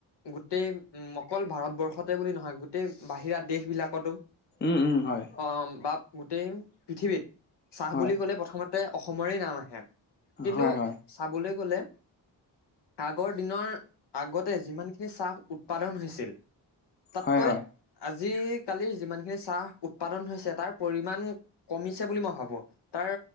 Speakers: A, on the left (about 60°); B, on the left (about 25°).
A: গোটেই উ অকল ভাৰতবৰ্ষতে বুলি নহয় গোটেই বাহিৰা দেশ বিলাকতো।
B: উম উম হয়।
A: অ বা গোটেই পৃথিৱীত চাহ
B: হয়
A: বুলি ক'লে প্ৰথমতে অসমৰে নাম আহে। কিন্তু
B: হয় হয়
A: চাবলৈ গ'লে আগৰ। দিনৰ আগতে যিমান খিনি চাহ উৎপাদন হৈছিল তাতকৈ।
B: হয় হয়
A: আজিকালিৰ যিমানখিনি চাহ উৎপাদন হৈছে তাৰ পৰিমান কমিছে বুলি মই ভাবোঁ। তাৰ